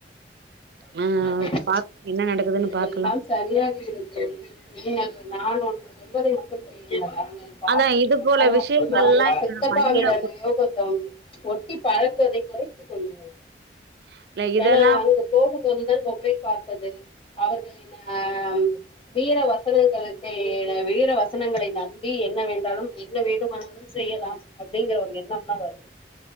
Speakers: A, on the left; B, on the right.
A: <unintelligible>
B: ஆ பாக் என்ன நடக்குதுன்னு பாக்கலா
A: எல்லாம் சரியாகி விடும் தோழி <unintelligible> <inaudible> அவ பாட்டியிடனோ
B: அதா இது போல விஷயங்கள்லா
A: அவங்க
B: என்னோட
A: சித்தப்பாவிடனையோ
B: மைண்ட்ல
A: கொஞ்சம் ஒட்டி பழகுவதை குறைத்துக் கொள்ளுங்கள்
B: போட்ல இதெல்லா
A: ஏன்னா அங்க போகும்போது தான் மொபைல் பார்ப்பது அவர்களின் அஹ் வீர வசனங்களுக்கு வீர வசனங்களை நம்பி என்ன வேன்றாலும் என்ன வேண்டுமானாலும் செய்யலாம் அப்படிங்கிற ஒரு எண்ணம்லா வருது